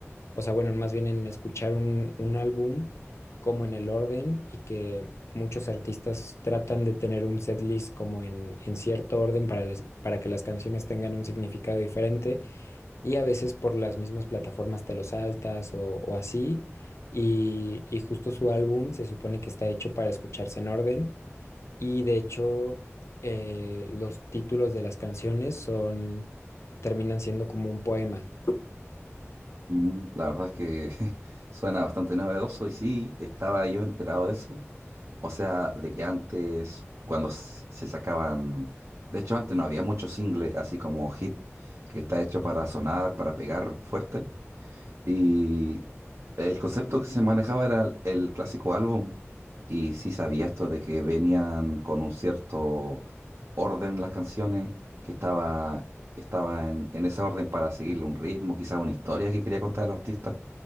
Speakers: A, on the left; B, on the right.
A: o sea, bueno, más bien en escuchar un, un álbum como en el orden y que muchos artistas tratan de tener un setlist como en, en cierto orden para, las- para que las canciones tengan un significado diferente y a veces por las mismas plataformas te lo saltas o, o así y y justo su álbum se supone que está hecho para escucharse en orden y de hecho, eh, los títulos de las canciones son, terminan siendo como un poema.
B: Mm, La verdad es que <laughs> suena bastante novedoso y sí, estaba yo enterado de eso. O sea, de que antes, cuando s- se sacaban, de hecho antes no había muchos singles, así como hit, que está hecho para sonar, para pegar fuerte. Y el concepto que se manejaba era el el clásico álbum. Y sí sabía esto de que venían con un cierto orden las canciones, que estaba, estaba en, en esa orden para seguirle un ritmo, quizás una historia que quería contar el artista.